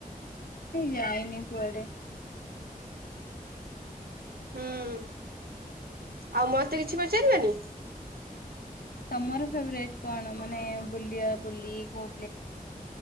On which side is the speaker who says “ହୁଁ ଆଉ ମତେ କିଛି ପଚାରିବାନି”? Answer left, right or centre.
Right